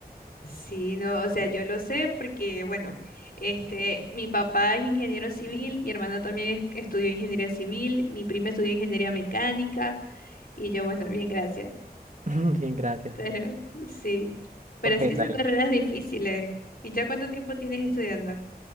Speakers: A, on the left (about 65°); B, on the right (about 50°).
A: Sí, no, o sea, yo lo sé porque, bueno, este, mi papá es ingeniero civil, mi hermana también es- estudió ingeniería civil, mi prima estudió ingeniería mecánica y yo, bueno, bien, gracias.
B: <laughs> Bien, gracias.
A: Pero sí, pero
B: Ok,
A: sí
B: dale.
A: son carreras difíciles. ¿Y ya cuánto tiempo tienes estudiando?